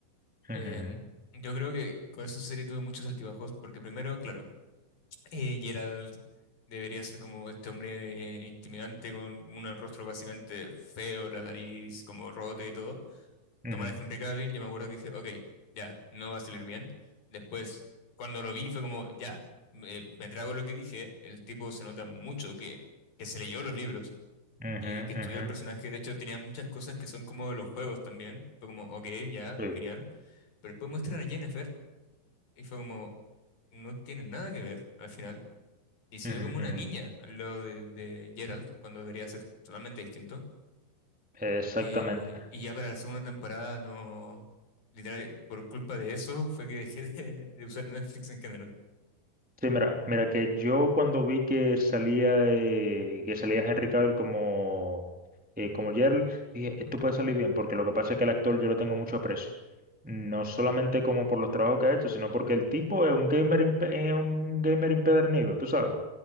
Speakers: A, in the centre; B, on the left.
A: ujú,
B: em, yo creo que con esa serie tuve muchos altibajos porque primero, claro, Eh, Gerald debería ser como este hombre eh, intimidante con un rostro básicamente feo, la nariz como rota y todo.
A: ujú,
B: Tomar a Henry Cavill, yo me acuerdo que dije, ok, ya, no va a salir bien. Después, cuando lo vi, fue como, ya, me, me trago lo que dije. El tipo se nota mucho que, que se leyó los libros,
A: ujú,
B: que, que estudió
A: ujú,
B: el personaje.
A: ujú,
B: De hecho, tenía muchas cosas que son como de los juegos también. Fue como, ok, ya,
A: sí,
B: genial. Pero después muestran a Jennifer y fue como, no tiene nada que ver al final. Y se
A: ujú,
B: ve como una
A: ujú.
B: niña al lado de, de Geralt, cuando debería ser totalmente distinto.
A: Exactamente.
B: Y, y ya para la segunda temporada no... Literal, por culpa de eso fue que dejé de, de usar Netflix en general.
A: Sí, mira, mira que yo cuando vi que salía eh, que salía Henry Cavill como eh, como Geralt, dije, esto puede salir bien, porque lo que pasa es que el actor yo lo tengo mucho aprecio. No solamente como por los trabajos que ha hecho, sino porque el tipo es un gamer impe- es un gamer impedernido, tú sabes.